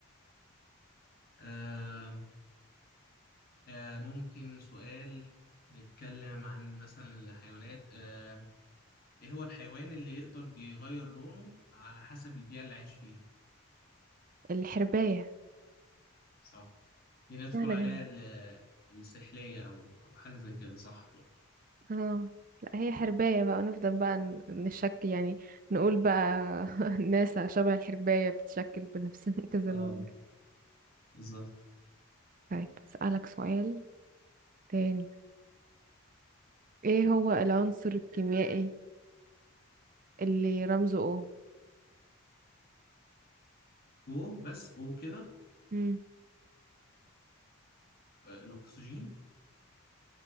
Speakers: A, on the left; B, on the right.
A: آم، آه، ممكن سؤال نتكلم عن مثلا الحيوانات آه، ايه هو الحيوان اللي يقدر بيغير لونه على حسب البيئة اللي عايش فيها
B: الحرباية
A: صح في ناس
B: سهلة
A: بتقول عليها
B: جدا
A: ال- السحلية أو أو حاجة زي كده صح برضه
B: اه لا هي حرباية بقى نفضل بقى ن- نشك يعني نقول بقى <laughs> ناسا شبه الحرباية بتتشكل بنفس <laughs> كذا
A: اه
B: لون
A: بالظبط
B: طيب أسألك سؤال تاني ايه هو العنصر الكيميائي اللي رمزه O
A: و بس و كده
B: مم.
A: آه، الأكسجين